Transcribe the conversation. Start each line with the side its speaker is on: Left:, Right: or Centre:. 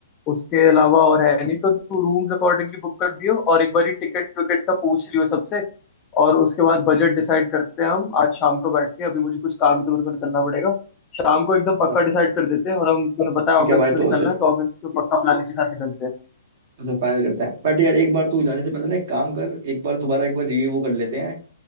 Left: उसके अलावा और है नहीं तो तू रूम्स अकॉर्डिंगली बुक कर दियो और एक बार टिकट विकेट का पूछ लियो सबसे और उसके बाद बजट डिसाइड करते हैं हम आज शाम को बैठ के अभी मुझे कुछ काम है तो मेरे को निकलना पड़ेगा शाम को एकदम पक्का
Right: अच्छा
Left: डिसाइड कर देते हैं और हम तूने बताया
Right: ठीक
Left: अगस्त
Right: है भाई
Left: में
Right: तो
Left: निकलना
Right: उसे
Left: है तो अगस्त में पक्का प्लानिंग के साथ निकलते हैं
Right: उसे फाइनल करते हैं बट यार एक बार तू जाने से पहले ना एक काम कर एक बार दोबारा एक बार रिव्यू कर लेते हैं